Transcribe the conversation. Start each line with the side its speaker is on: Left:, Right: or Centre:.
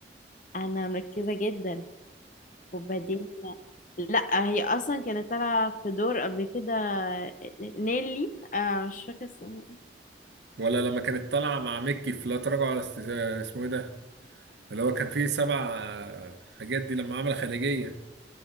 Left: انا مركزة جدا وبعدين لا هي اصلا كانت طالعة في دور قبل كده نيلي آه مش فاكرة اسمها
Right: ولا لما كانت طالعه مع مكي في لا تراجع ولا است... اسمه ايه ده اللي هو كان فيه سبع حاجات دي لما عمل خليجيه